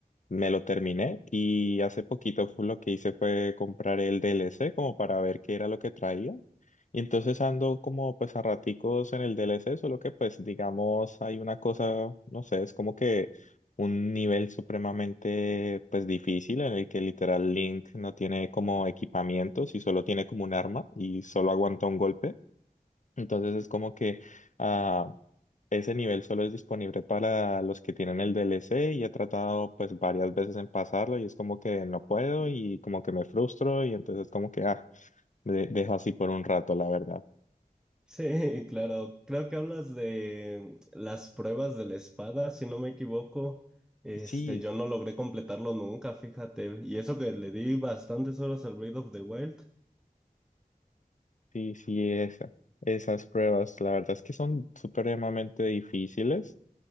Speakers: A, on the left; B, in the centre.
A: me lo terminé y hace poquito fu- lo que hice fue comprar el DLC como para ver qué era lo que traía. Y entonces ando como pues a raticos en el DLC, solo que pues digamos hay una cosa, no sé, es como que un nivel supremamente pues difícil en el que literal Link no tiene como equipamientos y solo tiene como un arma y solo aguanta un golpe. Entonces es como que... ah, ese nivel solo es disponible para los que tienen el DLC y he tratado pues varias veces en pasarlo y es como que no puedo y como que me frustro y entonces como que ah, de- dejo así por un rato, la verdad.
B: Sí, <laughs> claro. Creo que hablas de las pruebas de la espada, si no me equivoco. Este,
A: Sí,
B: yo no logré completarlo nunca, fíjate. Y eso que le di bastantes horas al Breath of the Wild.
A: Sí, sí, esa, esas pruebas, la verdad es que son supremamente difíciles